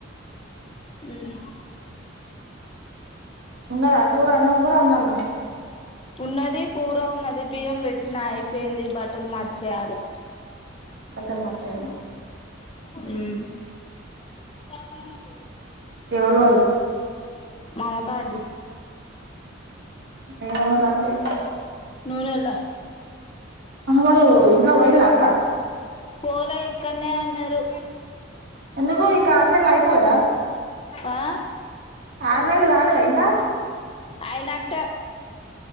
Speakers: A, on the left; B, on the right.
A: హ్మ్
B: ఉండదా కూర అన్నం కూర వోండాల్న
A: ఉన్నది కూర ఉన్నది బియ్యం పెట్టిన అయిపోయింది బట్టలు మాడ్చేయాలి
B: ఇద్దరు మంచిగానే
A: హ్మ్ కొన్న మ
B: ఎవళు వాలు
A: మమత ఆంటీ
B: ఏ మమతా ఆంటీ
A: నూనేల్ల
B: అ వాలు ఇంట్లో పోయిల్ల అక్క
A: పోలే ఇక్కనే ఉన్నారు
B: ఎందుకు ఇంకా ఆరు నెలలు అయిపోలేదా
A: ఆ
B: ఆరు నెలలు కాలేదా ఇంకా
A: అయినట్టే